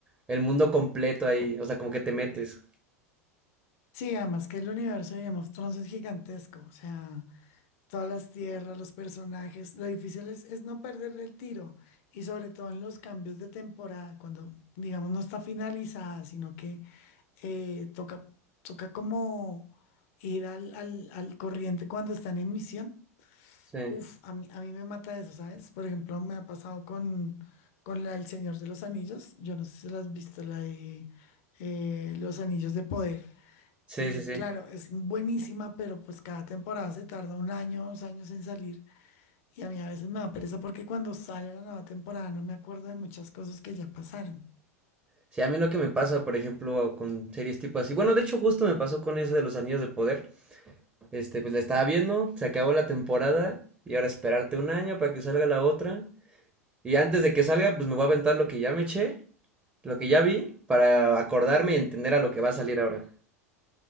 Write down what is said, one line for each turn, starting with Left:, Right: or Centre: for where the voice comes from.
Right: el mundo completo ahí, o sea, como que te metes.
Left: Sí, además que el universo de Game of Thrones es gigantesco, o sea, todas las tierras, los personajes, lo difícil es, es no perderle el tiro y sobre todo en los cambios de temporada, cuando digamos no está finalizada, sino que eh, toca, toca como ir al, al, al corriente cuando están en misión.
Right: Sí,
Left: Uf, a mí, a mí me mata eso, ¿sabes? Por ejemplo, me ha pasado con, con la del Señor de los Anillos, yo no sé si la has visto, la de eh, Los Anillos de Poder.
Right: sí,
Left: Y
Right: sí, sí.
Left: claro, es buenísima, pero pues cada temporada se tarda un año, dos años en salir. Y a mí a veces me da pereza porque cuando sale la nueva temporada no me acuerdo de muchas cosas que ya pasaron.
Right: Sí, a mí lo que me pasa, por ejemplo, con series tipo así, bueno, de hecho justo me pasó con ese de los Anillos de Poder, este, pues la estaba viendo, se acabó la temporada y ahora esperarte un año para que salga la otra. Y antes de que salga, pues me voy a aventar lo que ya me eché, lo que ya vi, para acordarme y entender a lo que va a salir ahora.